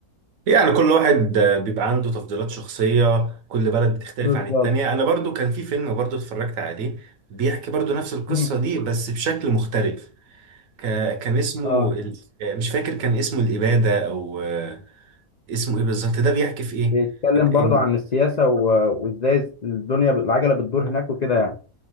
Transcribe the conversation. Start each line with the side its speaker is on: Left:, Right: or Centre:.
Right: يعني كل واحد آه، بيبقى عنده تفضيلات شخصية كل بلد بتختلف
Left: بالظبط
Right: عن التانية أنا برضو كان في فيلم برضو اتفرجت عليه بيحكي برضو نفس القصة
Left: مم.
Right: دي بس بشكل مختلف ك... كان اسمه
Left: اه
Right: ال... مش فاكر كان اسمه الإبادة أو آه، اسمه إيه بالظبط ده بيحكي في إيه؟
Left: بيتكلم
Right: إن... إن...
Left: برضو عن السياسة و... وازاي الدنيا بت- العجلة بتدور هناك وكده يعني